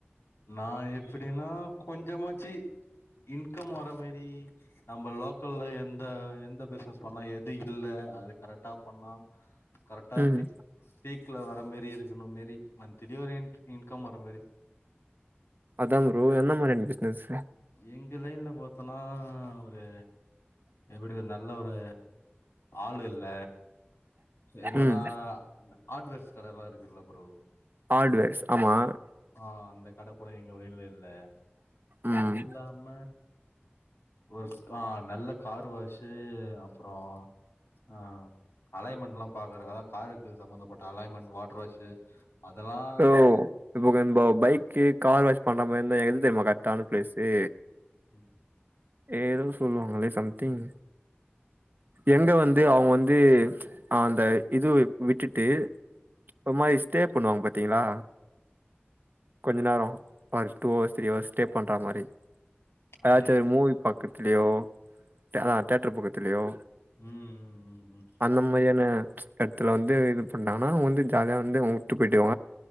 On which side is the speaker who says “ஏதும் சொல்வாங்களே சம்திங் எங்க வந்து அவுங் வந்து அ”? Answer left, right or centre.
Right